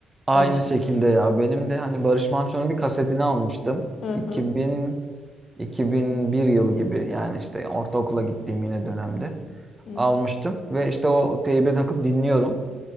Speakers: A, on the right; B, on the left.
A: Aynı
B: Ben işte
A: şekilde ya. Benim de hani Barış Manço'nun bir kasetini almıştım.
B: hı
A: 2000
B: hı
A: 2001 yılı gibi yani işte ortaokula gittiğim yine dönemde
B: hı
A: almıştım
B: hı.
A: ve işte o teybe takıp dinliyorum.